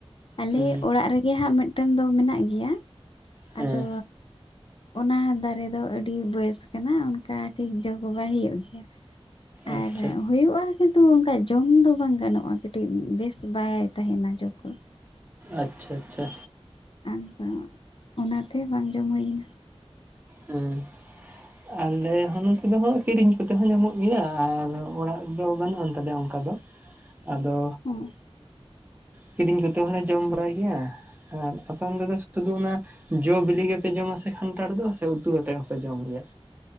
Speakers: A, on the left; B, on the right.
A: ᱟᱞᱮ
B: ᱦᱩᱸ
A: ᱚᱲᱟᱜ ᱨᱮᱜᱮ ᱦᱟᱸᱜ ᱢᱤᱫᱼᱼ ᱢᱤᱫᱴᱟᱹᱱ ᱫᱚ ᱢᱮᱱᱟᱜ ᱜᱮᱭᱟ
B: ᱦᱮᱸ
A: ᱟᱫᱚᱼᱼ ᱚᱱᱟ ᱫᱟᱨᱮ ᱫᱚ ᱟᱹᱰᱤ ᱵᱚᱭᱮᱥ ᱠᱟᱱᱟ ᱚᱱᱠᱟ ᱴᱷᱤᱠ ᱡᱚ ᱵᱟ ᱵᱟᱭ ᱦᱩᱭᱩᱜ ᱜᱮᱭᱟ᱾ ᱟᱨᱼᱼ
B: ᱟᱪᱪᱷᱟ
A: ᱦᱩᱭᱩᱜᱼᱟ ᱠᱤᱱᱛᱩ ᱚᱱᱠᱟ ᱡᱚᱢ ᱫᱚ ᱵᱟᱝ ᱜᱟᱱᱚᱜᱼᱟ ᱠᱟᱹᱴᱤᱡ ᱵᱮᱥ ᱵᱟᱭ ᱛᱟᱦᱮᱱᱟ ᱡᱚ ᱠᱚ
B: ᱟᱪᱪᱷᱟ ᱟᱪᱪᱷᱟ᱾
A: ᱟᱫᱚ ᱚᱱᱟᱛᱮ ᱵᱟᱝ ᱡᱚᱢ ᱦᱩᱭᱱᱟ᱾
B: ᱦᱮᱸᱼᱼ ᱟᱞᱮ ᱦᱚᱱᱚᱛᱚᱛ ᱫᱚ ᱦᱚᱸ ᱠᱤᱨᱤᱧ ᱠᱚᱛᱮ ᱦᱚᱸ ᱧᱟᱢᱚᱜ ᱜᱮᱭᱟ ᱟᱨ ᱚᱲᱟᱜ ᱫᱚ ᱵᱟᱹᱱᱩᱜ ᱟᱱ ᱛᱟᱞᱮᱭᱟ ᱚᱱᱠᱟ ᱫᱚ᱾ ᱟᱫᱚ
A: ᱦᱩᱭᱱᱟ
B: ᱠᱤᱨᱤᱧ ᱠᱟᱛᱮ ᱦᱚᱞᱮ ᱡᱚᱢ ᱵᱟᱲᱟᱭ ᱜᱮᱭᱟ᱾ ᱟᱨ ᱟᱯᱮ ᱚᱸᱰᱮ ᱫᱚ ᱥᱩᱫᱩ ᱚᱱᱟ ᱡᱚ ᱵᱤᱞᱤ ᱜᱮᱯᱮ ᱡᱚᱢ ᱥᱮ ᱠᱟᱱᱴᱟᱲ ᱫᱚ ᱥᱮ ᱩᱛᱩ ᱟᱛᱮᱫ ᱦᱚᱸᱯᱮ ᱡᱚᱢ ᱜᱮᱭᱟ